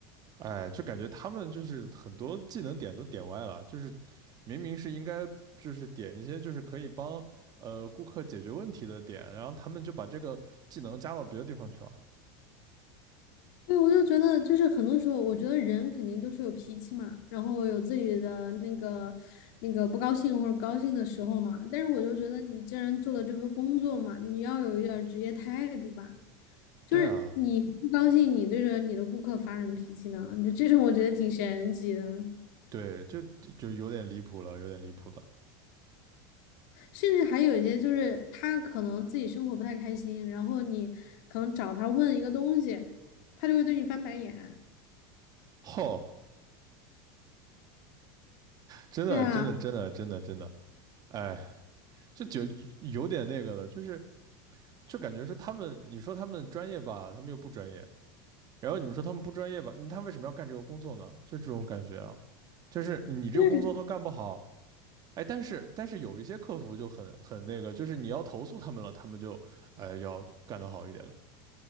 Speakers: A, on the right; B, on the left.
A: 哎，就感觉他们就是很多技能点都点歪了，就是明明是应该就是点一些就是可以帮呃顾客解决问题的点，然后他们就把这个技能加到别的地方去了。
B: 对，我就觉得，就是很多时候，我觉得人肯定都是有脾气嘛，然后有自己的那个那个不高兴或者高兴的时候嘛。但是我就觉得，你既然做了这份工作嘛，你要有一点儿职业态度吧。就是你不高兴，
A: 对啊。
B: 你对着你的顾客发什么脾气呢？就这种我觉得挺神奇的。
A: 对，就就就有点离谱了，有点离谱的。
B: 甚至还有一些就是他可能自己生活不太开心，然后你可能找他问一个东西，他就会对你翻白眼。
A: 吼，真的，
B: 对啊，
A: 真的，真的，真的，真的，哎，这就有点那个的，就是就感觉是他们，你说他们专业吧，他们又不专业，然后你们说他们不专业吧，嗯他为什么要干这个工作呢？就这种感觉啊，就是你这个工作都干不好，
B: 对
A: 哎，但是但是有一些客服就很很那个，就是你要投诉他们了，他们就哎要干得好一点了。